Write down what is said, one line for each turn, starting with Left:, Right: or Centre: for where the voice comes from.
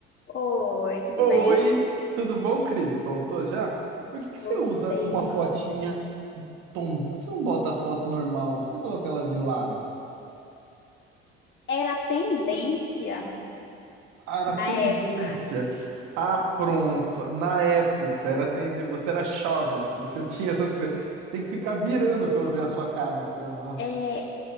Left: Oi, tudo
Right: Oi,
Left: bem?
Right: tudo bom, Cris? Voltou já? Por que que você
Left: Voltei.
Right: usa uma fotinha tom... Por que Você não bota a foto normal, você coloca ela de lado.
Left: Era a tendência
Right: Ah, era
Left: na
Right: tendência.
Left: época.
Right: Ah, pronto. Na época era tendência. Você era jovem, você <laughs> tinha essas coisas. Tem que ficar virando pra eu ver a sua cara aqui, ó.
Left: É,